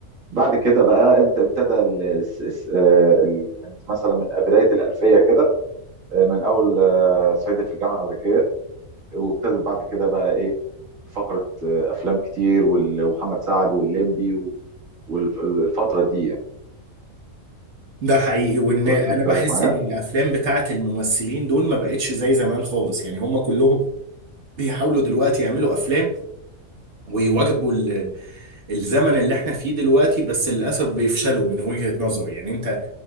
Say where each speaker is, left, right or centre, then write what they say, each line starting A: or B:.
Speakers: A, on the right; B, on the right.
A: بعد كده بقى انت ابتدى ال- الس- الس- آه، ال- من- مثلا من بدايه الالفيه كده آه، من اول آه، صعيدي في الجامعه الامريكيه وابتدت بعد كده بقى ايه فقره آه، افلام كتير وال- ومحمد سعد والليمبي والفتره دي يعني
B: ده حقيقي وان
A: واخد
B: انا بحس
A: بالك معايا
B: ان الافلام بتاعت الممثلين دول ما بقتش زي زمان خالص يعني هم كلهم بيحاولوا دلوقتي يعملوا افلام ويواجبوا ال- الزمن اللي احنا فيه دلوقتي بس للاسف بيفشلوا من وجهة نظري يعني انت